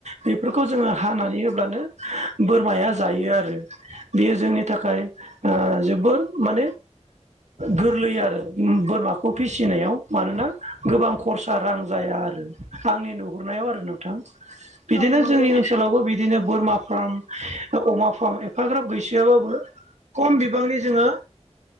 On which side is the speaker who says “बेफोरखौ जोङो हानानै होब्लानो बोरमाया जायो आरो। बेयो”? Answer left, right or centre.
Right